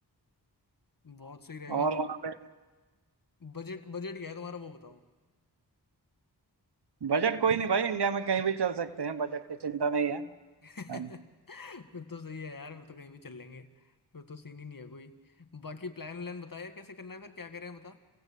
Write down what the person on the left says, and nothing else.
बहुत सही रहेगा
बजट बजट क्या है तुम्हारा वो बताओ
<laughs>
फिर तो सही है यार फिर तो कहीं भी चल लेंगे फिर तो सीन ही नहीं है कोई बाकी प्लान व्लान बता यार कैसे करना है फिर क्या करें बता